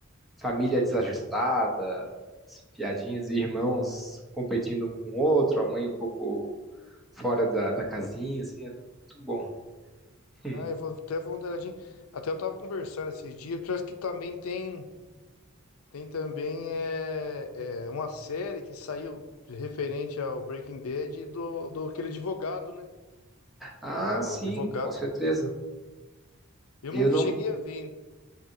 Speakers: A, in the centre; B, on the left.
A: família desajustada, piadinhas de irmãos competindo um com o outro, a mãe um pouco fora da, da casinha, assim, é muito bom. <laughs> Hum.
B: Ah, eu vou até vou dar uma olhadinha. Até eu tava conversando esses dias, parece que também tem. Tem também é, é, uma série que saiu referente ao Breaking Bad do, do aquele advogado, né?
A: Ah,
B: Do
A: sim,
B: advogado.
A: com certeza.
B: Eu
A: Eu
B: não
A: não,
B: cheguei a ver ainda.